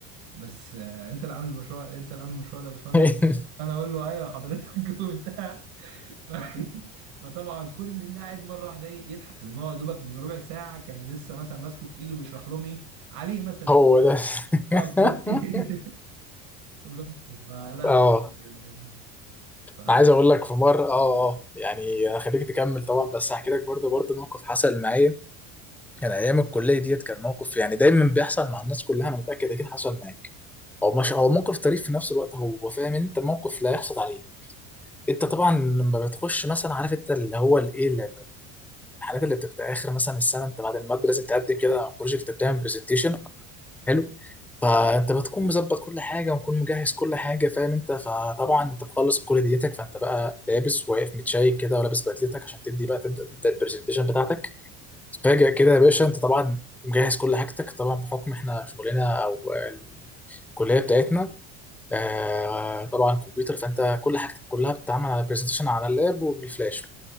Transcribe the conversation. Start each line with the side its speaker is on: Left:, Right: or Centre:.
Right: بس آه، انت اللي عامل المشروع انت اللي عامل المشروع ده يا باشمهندس
Centre: <laughs>
Right: انا اقول له ايوه حضرتك <laughs> وبتاع ف... <laughs> فطبعا كل اللي قاعد مره واحده ايه يضحك لان هو يا دوبك من ربع ساعه كان لسه مثلا ماسكه في ايده بيشرح لهم ايه عليه مثلا انت
Centre: هو ده
Right: اه
Centre: <laughs>
Right: ف... <laughs> بس. فلا لا
Centre: اه
Right: بجد ف
Centre: انا عايز اقول لك في مره اه اه يعني خليك تكمل طبعا بس هحكي لك برضه برضه موقف حصل معايا كان ايام الكليه ديت كان موقف يعني دايما بيحصل مع الناس كلها انا متاكد اكيد حصل معاك هو مش هو موقف طريف في نفس الوقت هو فاهم انت موقف لا يحصل عليه انت طبعا لما بتخش مثلا عارف انت اللي هو الايه ال- ال- الحاجات اللي بتبقى اخر مثلا السنه انت بعد الماده لازم تقدم كده بروجكت بتعمل برزنتيشن حلو فانت بتكون مظبط كل حاجه ومكون مجهز كل حاجه فاهم انت فطبعا انت بتخلص كل ديتك فانت بقى لابس واقف متشيك كده ولابس بدلتك عشان تدي بقى تبدا تبدا البرزنتيشن بتاعتك فاجأ كده يا باشا انت طبعا مجهز كل حاجتك طبعا بحكم احنا شغلنا او الكليه بتاعتنا آه طبعا كمبيوتر فانت كل حاجتك كلها بتتعمل على برزنتيشن على اللاب وبالفلاش